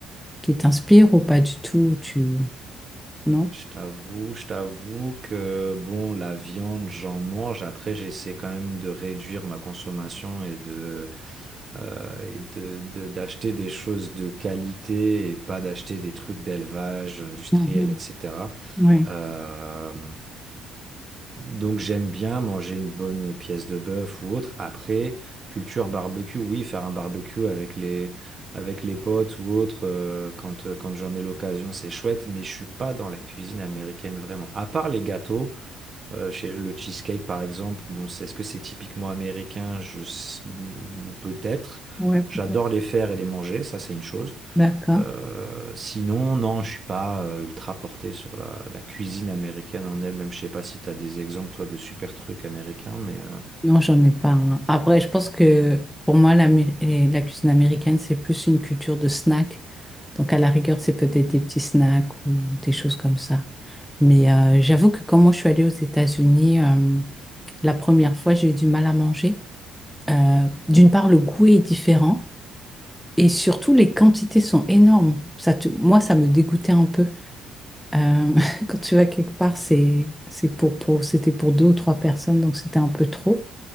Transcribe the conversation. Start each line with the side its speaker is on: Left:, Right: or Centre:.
Centre: qui t'inspire ou pas du tout? Tu... Non?
Right: Je t'avoue, je t'avoue que bon, la viande, j'en mange. Après, j'essaie quand même de réduire ma consommation et de euh, et de, de- d'acheter des choses de qualité et pas d'acheter des trucs d'élevage industriel,
Centre: Mhm.
Right: etc.
Centre: Ouais,
Right: Euh, donc j'aime bien manger une bonne pièce de bœuf ou autre. Après, culture barbecue, oui, faire un barbecue avec les, avec les potes ou autre, euh, quand, euh, quand j'en ai l'occasion, c'est chouette, mais je suis pas dans la cuisine américaine vraiment. À part les gâteaux, euh, chez le cheesecake par exemple, bon, c'est- est-ce que c'est typiquement américain? Je, sais- ou peut-être.
Centre: ouais, peut-être.
Right: J'adore les faire et les manger, ça c'est une chose.
Centre: D'accord.
Right: Euh, sinon, non, je suis pas euh, ultra porté sur la, la cuisine américaine en elle-même. Je sais pas si tu as des exemples, toi, de super trucs américains, mais euh,
Centre: Non, j'en ai pas. hein. Après, je pense que pour moi, la, mu- et la cuisine américaine, c'est plus une culture de snack. Donc, à la rigueur, c'est peut-être des petits snacks ou des choses comme ça. Mais euh, j'avoue que quand moi, je suis allée aux États-Unis, euh, la première fois, j'ai eu du mal à manger. Euh, d'une part, le goût est différent et surtout, les quantités sont énormes. Ça te- Moi, ça me dégoûtait un peu. Euh, <laughs> quand tu vas quelque part, c'est, c'est pour, pour- c'était pour deux ou trois personnes, donc c'était un peu trop.